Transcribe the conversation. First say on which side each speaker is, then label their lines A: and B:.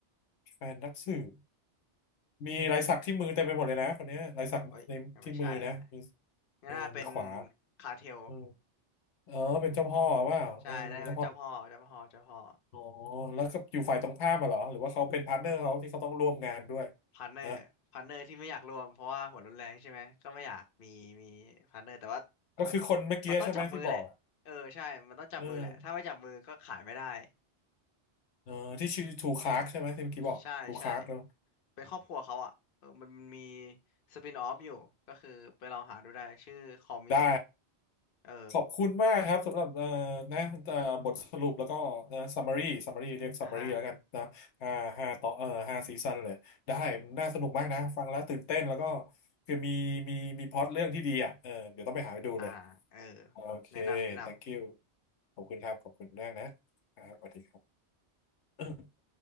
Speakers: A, on the left; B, on the left.
A: แฟนนักสืบ มีลายสักที่มือเต็มไปหมดเลยนะคนเนี้ยลายสักในที่มือนะมือ
B: โอ้ยยังไม่ใช่แหละงั้นน่าเป็น
A: เออมือขวา
B: คาร์เทล
A: เออเออเป็นเจ้าพ่อว่าเออเป็นเจ้าพ่อ
B: ใช่ได้เป็นเจ้าพ่อเจ้าพ่อเจ้าพ่อ
A: อ๋อแล้วก็อยู่ฝ่ายตรงข้ามมาเหรอหรือว่าเขาเป็นพาร์ทเนอร์เขาที่เขาต้องร่วมงานด้วย
B: พาร์ทเนอร์พาร์ทเนอร์ที่ไม่อยากรวมเพราะว่าหัวรุนแรงใช่ไหมก็ไม่อยากมีมีพาร์ทเนอร์แต่ว่า
A: นะก็คือคนเมื่อกี้ใช่ไหมที่บอกอะ
B: มันต้องจับมือแหละเออใช่มันต้องจับมือแหละถ้าไม่จับมือก็ขายไม่ได้
A: เออเออที่ชื่อทูคลาร์กใช่ไหมที่เมื่อกี้บอกทูคลาร์กแล้ว
B: ใช่ใช่เป็นครอบครัวเขาอ่ะเออมันมีสปินออฟอยู่ก็คือไปลองหาดูได้ชื่อคอมิส
A: ได้
B: เออ
A: ขอบคุณมากครับสำหรับเอ่อนะเอ่อบทสรุปแล้วก็นะ summary summary เรียก summary
B: อ่ะฮะ
A: แล้วกันนะอ่าห้าต่อเอ่อห้าซีซันเลยได้น่าสนุกมากนะฟังแล้วตื่นเต้นแล้วก็คือมีมีมีพล็อตเรื่องที่ดีอ่ะเออเดี๋ยวต้องไปหาไปดูเลย
B: อ่าเออ
A: โอเค
B: แนะนำแนะนำ
A: thank you ขอบคุณครับขอบคุณมากนะครับสวัสดีครับ